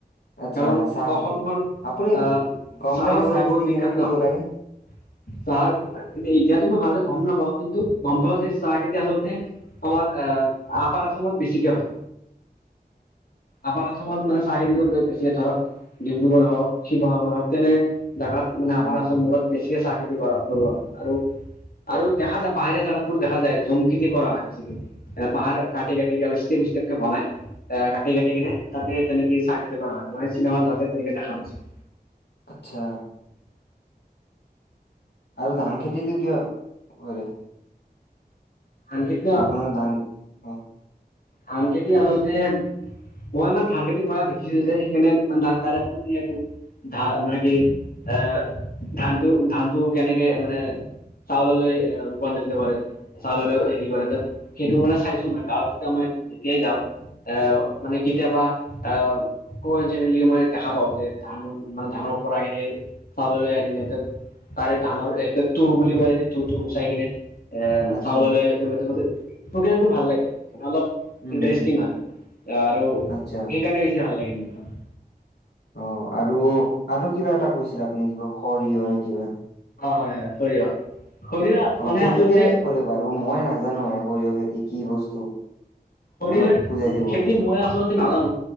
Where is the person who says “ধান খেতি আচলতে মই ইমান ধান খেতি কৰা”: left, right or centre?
Left